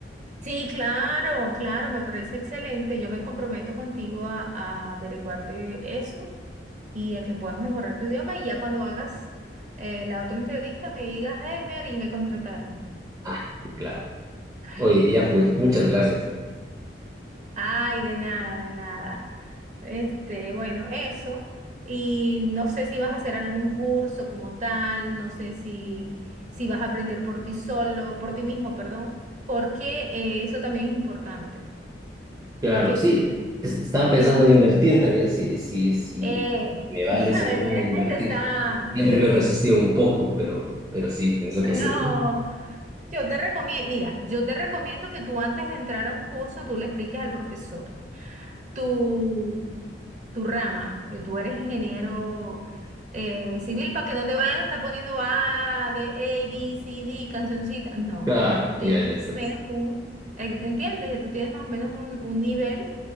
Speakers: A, on the right; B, on the right.
A: Sí, claro, claro, me parece excelente. Yo me comprometo contigo a, a averiguarte eso y a que puedas mejorar tu idioma y ya cuando hagas eh, la otra entrevista me digas, hey, Mary, me contrataron.
B: Ah, claro.
A: <laughs>
B: Oye, ya pues, muchas gracias.
A: Ay, de nada, de nada. Este, bueno, eso. Y no sé si vas a hacer algún curso como tal, no sé si, si vas a aprender por ti solo, por ti mismo, perdón, porque eh, eso también es importante.
B: Claro,
A: ¿Qué,
B: sí,
A: qué
B: es- estaba pensando
A: piensas
B: en invertir
A: hacer?
B: también, si, si, si
A: Eh,
B: me
A: <laughs>
B: vale,
A: a
B: si me
A: veces
B: vale invertir.
A: es necesario.
B: Siempre me resistí un poco, pero, pero sí, pienso
A: No,
B: que sí, ¿no?
A: yo te recomiendo, mira, yo te recomiendo que tú antes de entrar a un curso, tú le expliques al profesor. tu, tu rama, que tú eres ingeniero eh, civil, para que no te vayan a estar poniendo A, B, A, B, C, D, cancioncita. No,
B: Claro,
A: ya tú tienes
B: ya ya
A: más
B: estás.
A: o menos un, en- ¿entiendes? Ya tú tienes más o menos un, un nivel